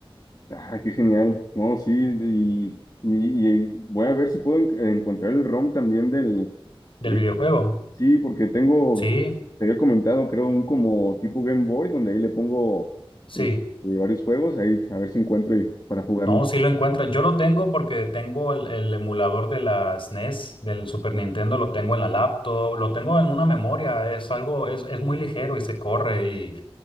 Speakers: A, on the left; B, on the left.
A: Ah, qué genial. No, sí, y, y, y voy a ver si puedo en- encontrar el ROM también del,
B: ¿Del
A: de,
B: videojuego?
A: sí, porque tengo,
B: Sí,
A: te había comentado, creo, un como tipo Game Boy, donde ahí le pongo
B: sí.
A: eh, eh, varios juegos, ahí a ver si encuentro y, para jugarlo.
B: No, sí lo encuentran. Yo lo tengo porque tengo el, el emulador de la SNES, del Super Nintendo, lo tengo en la laptop, lo tengo en una memoria. Es algo, es, es muy ligero y se corre y